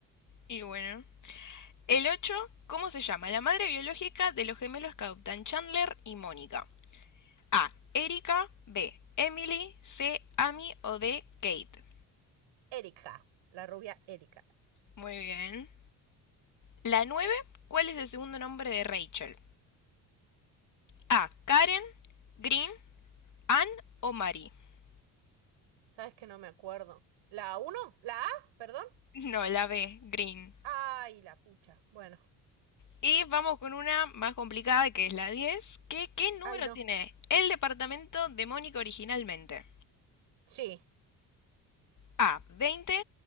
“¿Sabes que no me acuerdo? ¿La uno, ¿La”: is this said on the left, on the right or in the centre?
Right